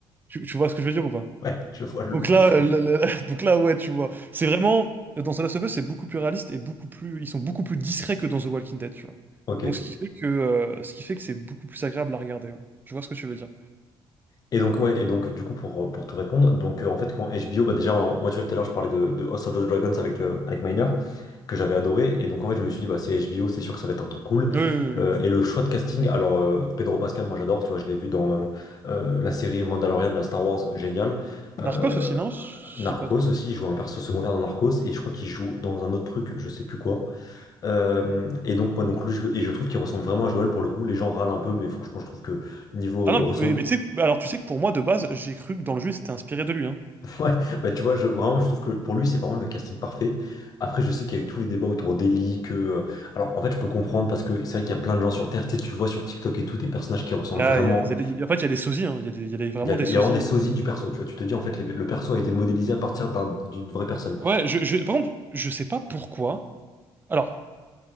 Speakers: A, on the right; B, on the left.
A: Tu, tu vois ce que je veux dire ou pas?
B: Ouais, je vois le,
A: Donc
B: le
A: là,
B: screen.
A: euh, là, là, là, <laughs> donc là, ouais, tu vois. C'est vraiment... Dans The Last of Us, c'est beaucoup plus réaliste et beaucoup plus... Ils sont beaucoup plus discrets que dans The Walking Dead, tu vois.
B: Ok.
A: Donc ce qui fait que, euh, ce qui fait que c'est beaucoup plus agréable à regarder. ouais. Je vois ce que tu veux dire.
B: Et donc, ouais, et donc, du coup, pour, pour te répondre, donc, euh, en fait, quand HBO, bah, déjà, en- moi, tu vois, tout à l'heure, je parlais de, de House of the Dragons avec, euh, avec Miner, que j'avais adoré, et donc, en fait, je me suis dit, bah, c'est HBO, c'est sûr que ça va être un truc cool.
A: Oui,
B: Le- et le choix de casting, alors, euh, Pedro Pascal, moi, j'adore, tu vois, je l'ai vu dans euh, euh, la série Mandalorian, la Star Wars, génial. Euh,
A: Narcos aussi, non? Je
B: Narcos
A: dis pas de conneries.
B: aussi, il joue un perso secondaire dans Narcos, et je crois qu'il joue dans un autre truc, je sais plus quoi. Euh, et donc, moi, donc, lui, je, et je trouve qu'il ressemble vraiment à Joel pour le coup, les gens râlent un peu, mais franchement, je trouve que niveau
A: Ah non,
B: euh, ressemble.
A: mais, mais tu sais, bah alors tu sais que pour moi, de base, j'ai cru que dans le jeu, c'était inspiré de lui. Hein.
B: <laughs> Ouais, bah tu vois, je, vraiment, je trouve que pour lui, c'est vraiment le casting parfait. Après, je sais qu'il y a eu tous les débats autour d'Ellie, que... euh, Alors, en fait, je peux comprendre, parce que c'est vrai qu'il y a plein de gens sur Terre, tu sais, tu le vois sur TikTok et tout, des personnages qui ressemblent
A: Il y a-
B: vraiment...
A: il y a- il y a des- en fait, il y a des sosies, hein. Il y a des- il y a des- vraiment
B: Il y a, des-
A: des
B: il
A: sosies.
B: y a vraiment des
A: hein.
B: sosies du perso, tu vois. Tu te dis, en fait, les- le perso a été modélisé à partir d'un- d'une vraie personne.
A: Ouais, je, je- par contre, je sais pas pourquoi. Alors,